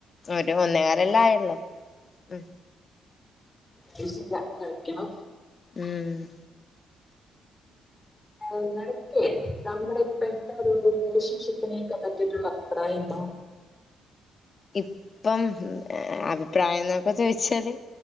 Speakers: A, on the left (about 40°); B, on the left (about 20°).
A: ഒരു ഒന്നേകാലല്ലേ ആയൊള്ളൂ. മ്
B: കഴിച്ചില്ല കഴിക്കണം.
A: ഉം
B: <inaudible> നിങ്ങൾക്കെ നമ്മടെ ഇപ്പോഴത്തെ ഒരു റിലേഷൻഷിപ്പിനെയൊക്കെ പറ്റിട്ട്ള്ള അഭിപ്രായം എന്താ?
A: ഇപ്പം ഏ അഭിപ്രായം എന്നൊക്കെ ചോയിച്ചാല്